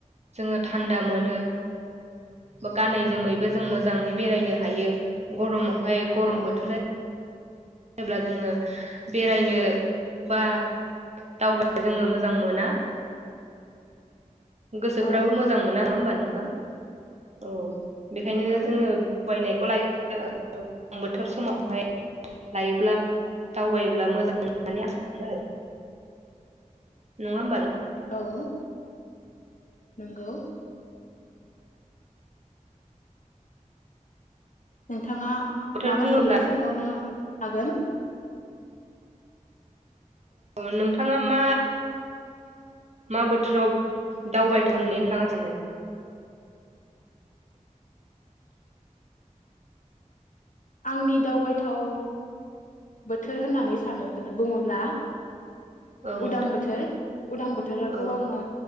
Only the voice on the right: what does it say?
जोङो थान्दा मोनो बा गानै जोमै बो जों मोजाङै बेरायनो हायो गरमाव ओमाय गरम
बोथोर जायोब्ला जोङो बेरायनो बा दावब जोङो मोजां मोना गोसोफ्राबो
मोजां मोना नङा होमबा नों थां औ बेखायनो
जोङो बायनायखौ लायो। गो बोथोर समावहाय लायोब्ला दावबायोब्ला मोजां होननानै आं सानो आरो। नङा होनबा नोंथां
बोथोर
बुङोब्ला
औ नोंथाङा मा मा बोथोराव दावबायथाव होननानै नोंथाङा सानो?
औ
नोंथां
औ